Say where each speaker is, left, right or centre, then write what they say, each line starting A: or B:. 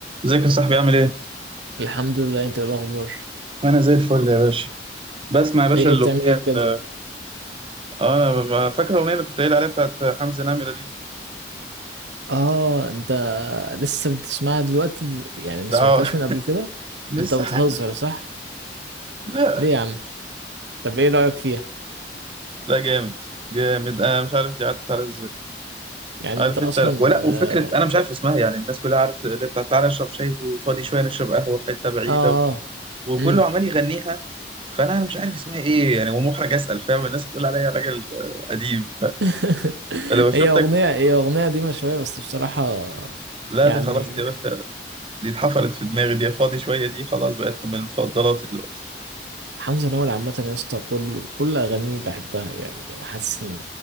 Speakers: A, on the right (about 30°); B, on the right (about 80°).
A: ازيك يا صاحبي عامل ايه؟
B: الحمد لله انت ايه الاخبار
A: انا زي الفل يا باشا بسمع يا باشا
B: ايه
A: الاغنيه
B: بتعمل ايه
A: ال-
B: كده
A: اه انا ب- فاكر الاغنيه اللي كنت قايل عليها بتاعت حمزه نمره دي
B: اه انت لسه بتسمعها دلوقتي يعني ما
A: ده
B: سمعتهاش
A: اه
B: من قبل كده
A: <laughs> لسه
B: انت بتهزر
A: حامل
B: صح
A: لا
B: ليه يا عم طب ايه رايك فيها
A: لا جامد جامد انا مش عارف دي عدت على ازاي
B: يعني
A: عارف
B: انت اصلا
A: انت ولا
B: اه
A: وفكره انا مش عارف اسمها يعني الناس كلها عارف اللي بتاعت تعالى اشرب شاي وفاضي شويه نشرب قهوه في حته بعيده
B: اه
A: وكله
B: امم
A: عمال يغنيها فانا انا مش عارف اسمها ايه يعني ومحرج اسال فاهم الناس تقول عليا راجل آه، قديم
B: <laughs>
A: انا لو شفتك
B: هي اغنيه
A: بتسمع
B: هي اغنيه دي شويه بس بصراحه
A: لا
B: يعني
A: دي خلاص دي يا باشا دي اتحفرت في دماغي دي فاضي شوية دي خلاص بقت من مفضلاتي دلوقتي
B: حمزه نمرة عامه يا اسطى كل كل اغانيه بحبها يعني انا حاسس ان